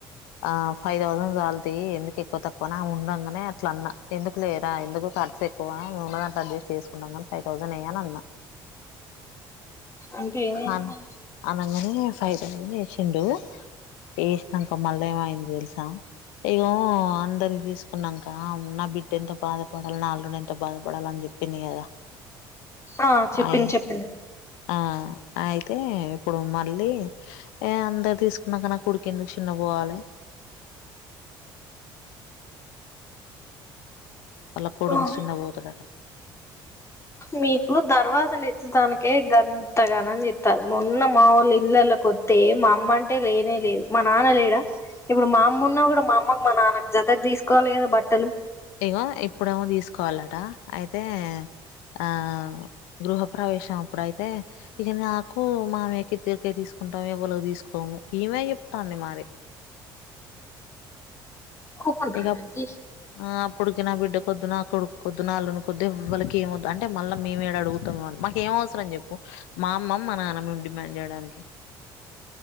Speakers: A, on the left; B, on the left.
A: ఆ ఫైవ్ థౌసండ్ చాలతీ ఎందుకు ఎక్కువ తక్కువ ఆమె ఉండంగానే అట్ల అన్నా ఎందుకు లేరా ఎందుకు ఖర్చు ఎక్కువ మేము ఉన్న అట్లా అడ్జస్ట్ చేసుకుాంని ఫైవ్ థౌసండ్ యెయ్యి అని అన్నా
B: అంటే ఏమైంది
A: అ
B: మరి
A: అనంగనే ఫైవ్ తౌసండ్ ఏసిండు ఏసినంక మళ్ళ ఏమైంది తెలుసా ఇగో అందరికి తీసుకున్నాంక నా బిడ్డ ఎంత బాధపడాలి నా అల్లుడు ఎంత బాధపడాలి అని చెప్పింది కదా
B: ఆ చెప్పింది
A: అయ్
B: చెప్పింది
A: ఆ అయితే ఇప్పుడు మళ్ళీ ఏ అందరు తీసుకున్నాక నా కొడికు ఎందుకు చిన్న పోవాలే వాళ్ళ కొడుకు
B: ఆ
A: చిన్న పోతడట
B: మీకు దర్వాజాలు ఎత్తడానికే గంతగానం చెత్తారు మొన్న మావోళ్ళు ఇండ్లలాకు వోతే మా అమ్మ అంటే లేనే లేదు మా నాన్న లేడా ఇప్పుడు మా అమ్మ ఉన్నా కూడా మా అమ్మకు మా నాన్నకు జతకు తీసుకోవాలి కదా బట్టలు
A: ఇగో ఇప్పుడేమో తీసుకోవాలట అయితే ఆ గృహప్రవేశం అప్పుడు అయితే ఇక నాకు మామయ్యకి ఇద్దరికే తీసుకుంటాం ఎవాళ్లకు తీసుకోము ఈమె చెప్తంది మరి
B: ఒప్పుకుంటారా
A: ఇక
B: అంటీ
A: ఆ అప్పుడు ఇక నా బిడ్డ కొద్దు నా కొడుకుకు కొద్దు నా అల్లునికి కొద్దు ఇవ్వళ్ళకి ఏమద్దు అంటే మళ్ళ మేమేడ అడుగుతామో అని మాకు ఏం అవసరం చెప్పు మా అమ్మ మా నాన్న మేము డిమాండ్ చేయడానికి